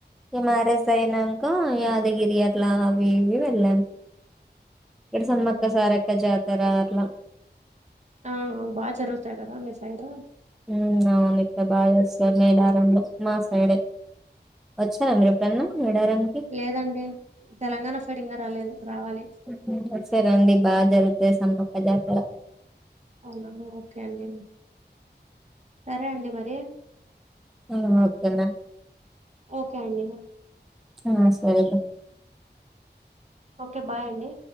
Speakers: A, in the centre; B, on the right.
A: ఇగ మ్యారేజ్ అయినాంక యాదగిరి అట్లా అవి ఇవి వెళ్ళాం ఇక్కడ సమ్మక్క సారక్క జాతర అట్లా
B: ఆ బాగా జరుగుతాది కదా మీ సైడ్
A: ఉమ్మ్ అవును ఇక్కడ బాగా చేస్తారు మేడారంలో మా సైడే వచ్చినారా మీరు ఎప్పుడనా మేడారానికి
B: లేదండి తెలంగాణ సైడ్ ఇంగా రాలేదు రావాలి
A: మ్మ్ఉమ్మ్ ఒకసారి రండి బాగా జరుగుతాది సమ్మక్క జాతర
B: అవునా ఓకే అండి సరే అండి మరి
A: ఆ ఓకేనా
B: ఓకే అండి ఇగ
A: ఆ సరే బా
B: ఓకే బాయ్ అండి